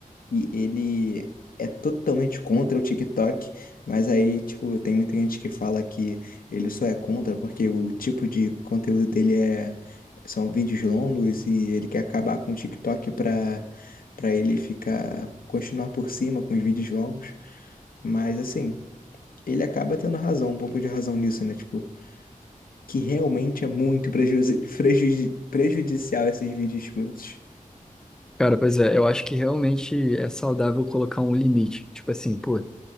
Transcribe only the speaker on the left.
e ele é totalmente contra o TikTok, mas aí, tipo, tem muita gente que fala que ele só é contra porque o tipo de conteúdo dele é são vídeos longos e ele quer acabar com o TikTok pra para ele ficar continuar por cima com os vídeos longos. Mas assim, ele acaba tendo razão, um pouco de razão nisso, né? Tipo, que realmente é muito prejuzi- prejuzi- prejudicial esses vídeos curtos.